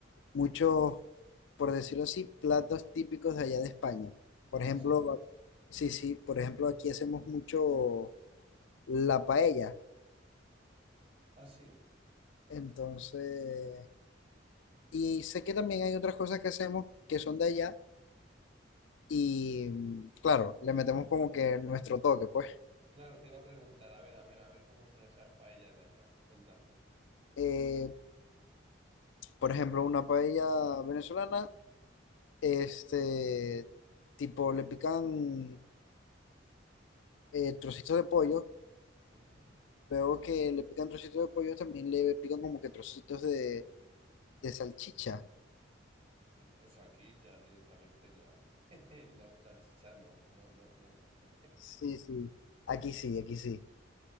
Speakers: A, on the left; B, on the right.
A: muchos, por decirlo así, platos típicos de allá de España. Por
B: ¿Ah,
A: ejemplo,
B: sí?
A: sí, sí, por ejemplo, aquí hacemos mucho la paella.
B: ¿Ah, sí?
A: Entonces, y sé que también hay otras cosas que hacemos que son de allá y, mm, claro, le metemos como que nuestro toque, pues.
B: Claro, te iba a preguntar, a ver, a ver, a ver cómo son esas paellas de allá. Cuéntame.
A: Eh, por ejemplo, una paella venezolana Este, tipo, le pican eh, trocitos de pollo.
B: Ujú.
A: Luego que le pican trocitos de pollo, también le pican como que trocitos de, de salchicha.
B: Mm, Eso aquí ya directamente no. <laughs> No, salchicha no, no, no, no. <laughs>
A: Sí, sí. Aquí sí, aquí sí.